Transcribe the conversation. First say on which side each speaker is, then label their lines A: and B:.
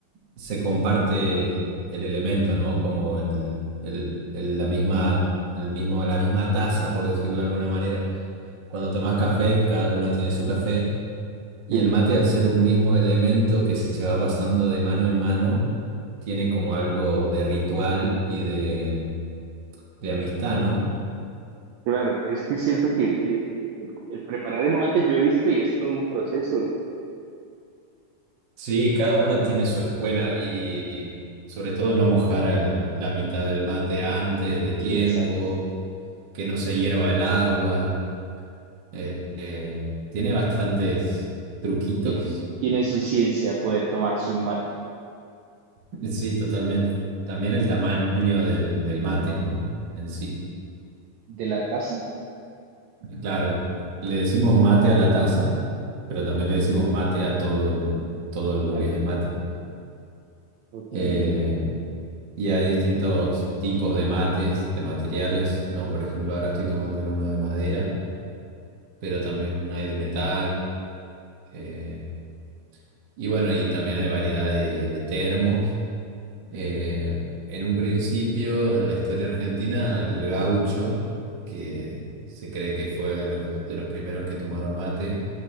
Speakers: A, on the right; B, on the right.
A: se comparte el elemento, ¿no? Como el, el- el- la misma, el mismo, la misma taza, por decirlo de alguna manera. Cuando tomás café, cada uno tiene su café. Y
B: Sí,
A: el mate, al ser un mismo elemento que se va pasando de mano en mano, tiene como algo de ritual y de, de amistad, ¿no?
B: claro, es que siento que eh, eh, el, el preparar el mate yo he visto y es todo un proceso.
A: Sí, cada uno tiene su escuela y sobre todo no mojar eh, la mitad del mate antes de tiempo,
B: Exacto.
A: que no se hierva el agua. eh, eh, tiene bastantes truquitos.
B: Tiene, tiene su ciencia poder tomarse un mate
A: <laughs> Sí, totalmente. También el tamaño del, del mate, ¿no? En sí.
B: de la taza.
A: Claro, le decimos mate a la taza, pero también le decimos mate a todo, el- todo lo
B: Al-
A: que es el mate.
B: ok.
A: Eh, Y hay distintos tipos de mates, de materiales, ¿no? Por ejemplo, ahora estoy tomando en uno de madera, pero también hay de metal. eh, y bueno, y también hay variedad de, de termos. Eh, en un principio, en la historia argentina, el gaucho, que se cree que fue de los, de los primeros que tomaron mate,